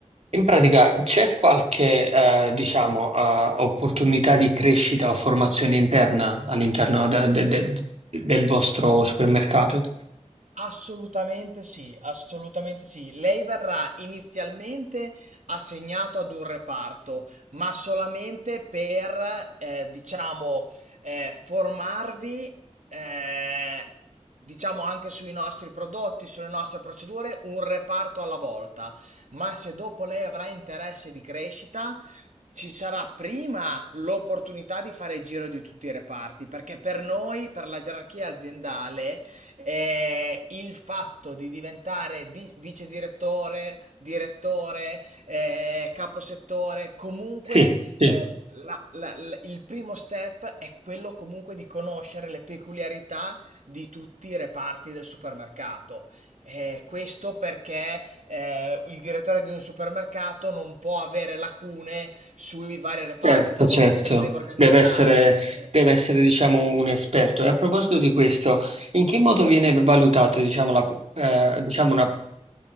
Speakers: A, on the right; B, on the right.
A: In pratica c'è qualche, eh, diciamo, eh, opportunità di crescita o formazione interna all'interno de- de- de- del vostro supermercato?
B: Assolutamente sì, assolutamente sì. Lei verrà inizialmente assegnato ad un reparto, ma solamente per, eh, diciamo, eh, formarvi, eh, diciamo, anche sui nostri prodotti, sulle nostre procedure, un reparto alla volta. Ma se dopo lei avrà interesse di crescita, ci sarà prima l'opportunità di fare il giro di tutti i reparti, perché per noi, per la gerarchia aziendale, eh, il fatto di diventare di- vice direttore, direttore, eh, caposettore, comunque
A: Sì, sì,
B: eh, la- la- la- il primo step è quello comunque di conoscere le peculiarità di tutti i reparti del supermercato. Eh, questo perché eh, il direttore di un supermercato non può avere lacune sui vari reparti
A: certo,
B: dal
A: certo.
B: momento che deve organizzare.
A: Deve essere,
B: eh,
A: deve essere, diciamo, un esperto. E a proposito di questo, in che modo
B: Certo.
A: viene valutata, diciamo, la, eh, diciamo, una